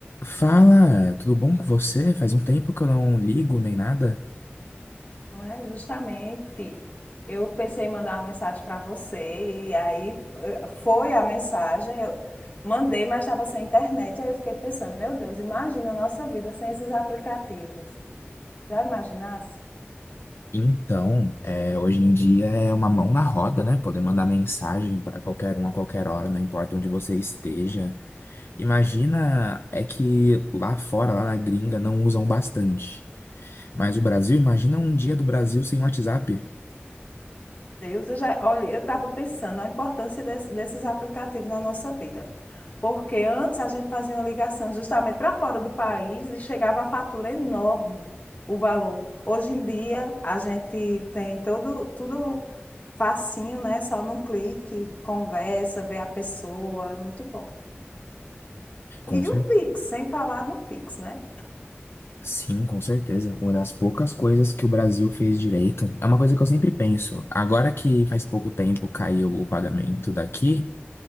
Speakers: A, on the left (about 65°); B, on the left (about 40°).
A: Fala, tudo bom com você? Faz um tempo que eu não ligo nem nada.
B: Não é? Justamente. Eu pensei em mandar uma mensagem para você, e aí f- eh, foi a mensagem. Eu mandei, mas estava sem internet. Aí eu fiquei pensando: meu Deus, imagina a nossa vida sem esses aplicativos. Já imaginasse?
A: Então, é, hoje em dia é uma mão na roda, né? Poder mandar mensagem para qualquer um a qualquer hora, não importa onde você esteja. Imagina, é que lá fora, lá na gringa, não usam bastante. Mas o Brasil, imagina um dia do Brasil sem WhatsApp.
B: Deus, eu já, olha, eu estava pensando a importância desse- desses aplicativos na nossa vida. Porque antes a gente fazia uma ligação justamente para fora do país e chegava a fatura enorme, o valor. Hoje em dia a gente tem todo, tudo facinho, né? Só num clique, conversa, vê a pessoa, é muito bom. E
A: Com
B: o
A: cer-
B: Pix, sem falar no Pix, né?
A: Sim, com certeza. Uma das poucas coisas que o Brasil fez direito. É uma coisa que eu sempre penso. Agora que faz pouco tempo caiu o pagamento daqui.